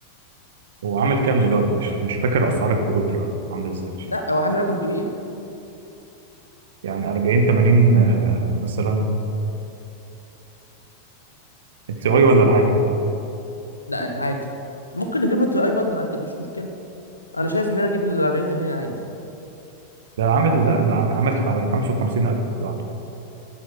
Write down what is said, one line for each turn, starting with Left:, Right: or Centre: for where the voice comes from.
Right: هو عامل كام دلوقتي مش مش فاكر اسعار الكروت دلوقتي عامله ازاي
Left: لا هو عامل رقم كبير
Right: يعني 40 80 آه، مثلا التي اي ولا العادي
Left: لا عادي ممكن نجيب له التي اي برضه عادي مش مشكله انا شايف ان انا اجيب له ال 40 80 عادي
Right: ده عامل لا ده عامل عامل حوالي 55000 لوحده